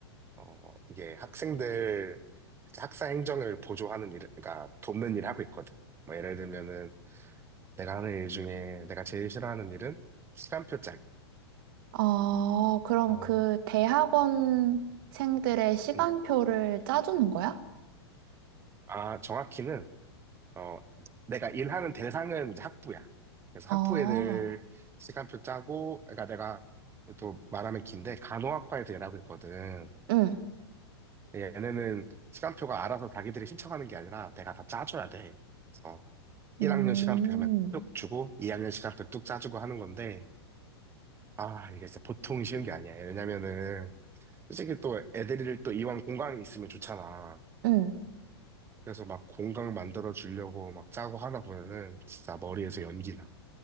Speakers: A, on the right (about 15°); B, on the right (about 55°).
A: 어, 이게 학생들, 학사 행정을 보조하는 일, 그러니까 돕는 일 하고 있거든. 뭐 예를 들면은, 내가 하는 일 중에 내가 제일 싫어하는 일은 시간표 짤.
B: 아, 그럼
A: 어,
B: 그 대학원생들의 시간표를
A: 음.
B: 짜주는 거야?
A: 아, 정확히는, 어, 내가 일하는 대상은 이제 학부야. 그래서
B: 아,
A: 학부 애들 시간표 짜고, 그러니까 내가 또 말하면 긴데, 간호학과 에서 일하고 있거든.
B: 응.
A: 근데 얘네는 시간표가 알아서 자기들이 신청하는 게 아니라 내가 다 짜줘야 돼. 어, 1학년
B: 음,
A: 시간표 하면 뚝 주고, 2학년 시간표 뚝 짜주고 하는 건데, 아, 이게 진짜 보통 쉬운 게 아니야. 왜냐면은, 솔직히 또 애들이 또 이왕 공강이 있으면 좋잖아.
B: 응.
A: 그래서 막 공강 만들어 주려고 막 짜고 하나 보면은 진짜 머리에서 연기 나.